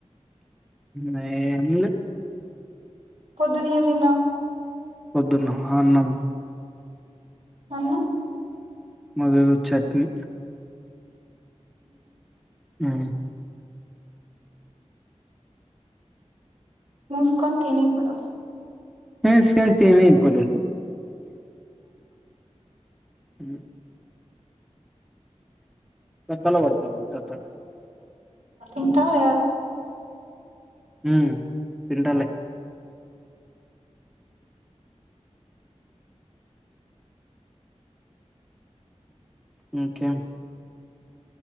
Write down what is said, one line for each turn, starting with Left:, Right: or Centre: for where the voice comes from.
Centre: నే ఏమిలె
Right: పొద్దున్న ఏం తిన్నావ్
Centre: పొద్దున్న ఆ అన్నం.
Right: అన్నం.
Centre: మదేదో చట్నీ. హ్
Right: ముూసుకొని తినిప్పుడు.
Centre: ముస్కొని తినిప్పుడు. హ్ కథల పాడతాంది కథల్
Right: ఇంకా <inaudible>
Centre: హ్ తింటలే. హ్ కే.